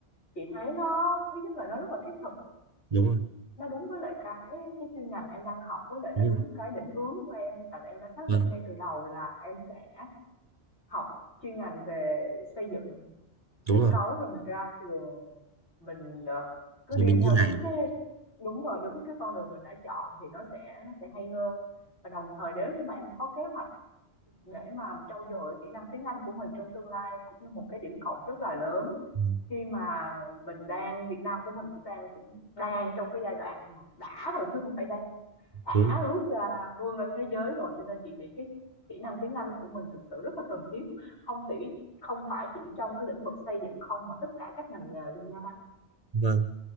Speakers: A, on the left (about 75°); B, on the right (about 40°).
A: chị thấy nó thứ nhất là nó rất là thiết
B: Đúng rồi,
A: Nó đúng với lại cái cái chuyên ngành em đang học, với lại
B: đúng
A: nó đúng
B: rồi.
A: cái định hướng của em, tại vì em đã xác
B: Vâng,
A: định ngay từ đầu là em sẽ học chuyên ngành về xây dựng
B: đúng
A: kết
B: rồi.
A: cấu rồi mình ra trường mình ờ, cứ đi
B: Rồi mình
A: theo
B: đi làm.
A: đúng cái đúng rồi đúng cái con đường mình đã chọn thì nó sẽ nó sẽ hay hơn và đồng thời nếu như mà em có kế hoạch để mà trau dồi kỹ năng tiếng Anh của mình trong tương lai cũng là một cái điểm cộng rất là lớn
B: Ừ,
A: khi mà mình đang Việt Nam của mình cũng đang cũng đang trong cái giai đoạn mà đã rồi chứ không phải đang đã
B: Đúng. rồi,
A: rút ra vươn ra thế giới rồi cho nên chị nghĩ cái kỹ năng tiếng Anh của mình thực sự rất là cần thiết không chỉ không phải chỉ trong cái lĩnh vực xây dựng không mà tất cả các ngành nghề luôn nha Đăng
B: Vâng.